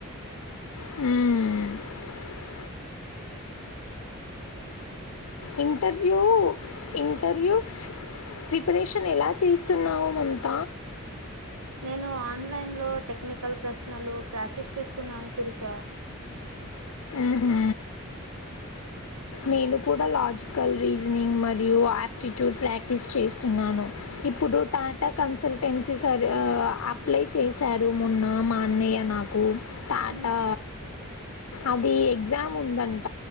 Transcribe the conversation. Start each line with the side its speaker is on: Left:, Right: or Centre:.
Left: హుమ్ ఇంటర్యూ ఇంటర్వూ ప్రిపరేషన్ ఎలా చేస్తున్నావు మమత
Right: నేను ఆన్లైన్లో టెక్నికల్ ప్రశ్నలు ప్రాక్టీస్ చేస్తున్నాను శిరీష
Left: మ్ హు నేను కూడా లాజికల్ రీజనింగ్ మరియు ఆప్టిట్యూడ్ ప్రాక్టీస్ చేస్తున్నాను ఇప్పుడు టాటా కన్సల్టెన్సీ సర్ ఆ అప్లై చేశారు మొన్న మా అన్నయ్య నాకు టాటా
Right: హ్మ్.
Left: అది ఎగ్జాముందంట